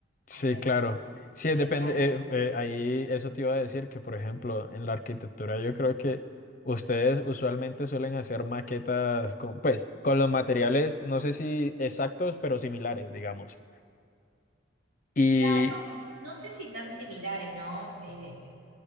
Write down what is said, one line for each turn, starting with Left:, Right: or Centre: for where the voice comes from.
Left: sí,
Right: hasta
Left: claro.
Right: que
Left: Sí,
Right: vengan.
Left: depende. eh, eh, ahí eso te iba a decir que, por ejemplo, en la arquitectura yo creo que ustedes usualmente suelen hacer maquetas con, pues, con los materiales, no sé si exactos, pero similares, digamos. Y,
Right: Claro, no sé si tan similares, ¿no? Eh,